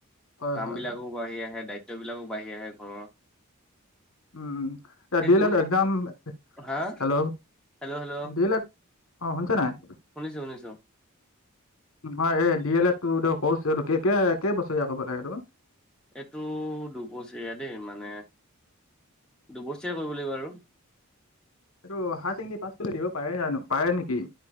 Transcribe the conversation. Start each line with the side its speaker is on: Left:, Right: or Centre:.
Left: হয়
Centre: কাম
Left: হয়
Centre: বিলাকো
Left: হয়
Centre: বাঢ়ি আহে দায়ি ত্ব বিলাকো বাঢ়ি আহে ঘৰৰ।
Left: উম, ৰাতি
Centre: এই
Left: দেৰি
Centre: তুম
Left: হ'ল কালি? তম।
Centre: হা
Left: hello!
Centre: Hello hello
Left: D El Ed, অ, শুনিছা নাই?
Centre: শুনিছো শুনিছো
Left: হ'য়, এই ডি এল এট টো ত' ৰ্কছ কে কেই বছৰীয়া হব নাএইটো?
Centre: এইটো দুবছৰীয়া দেই মানে দুবছৰীয়া কৰিব লাগিব আৰু?
Left: এইটো হাই ছেকেণ্ডী পাছ কৰিলে দিব পাৰে জানো, পাৰে নেকি?